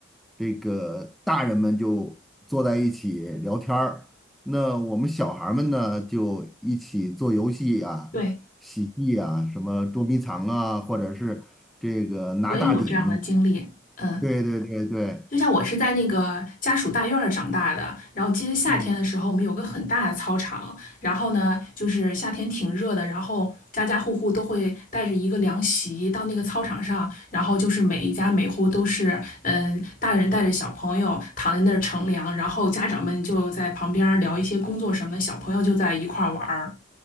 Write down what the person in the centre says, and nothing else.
这个大人们就坐在一起聊天儿，那我们小孩儿们呢就一起做游戏啊、
喜剧啊，什么捉迷藏啊，或者是这个拿大顶，
对对对对，
嗯